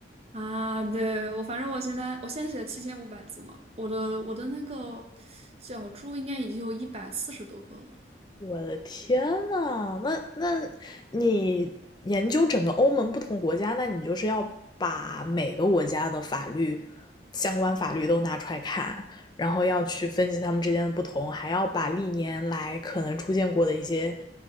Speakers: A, on the right; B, on the left.
A: 啊，对，我反正我现在我现在写了七千五百字嘛，我的我的那个脚注应该已经有一百四十多个了。
B: 我的天呐，那那你研究整个欧盟不同国家，那你就是要把每个国家的法律相关法律都拿出来看，然后要去分析他们之间的不同，还要把历年来可能出现过的一些